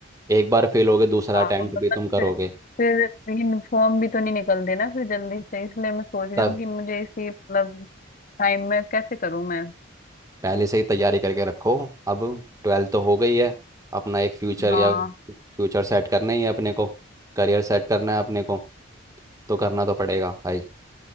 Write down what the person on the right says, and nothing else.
एक बार फेल होगे दूसरा
अटेम्प्ट
भी तुम करोगे
तब
पहले से ही तैयारी करके रखो अब ट्वेल्थ तो हो गई है अपना एक फ्यूचर
या फ्यूचर सेट करना ही है अपने को करियर सेट करना है अपने को तो करना तो पड़ेगा भाई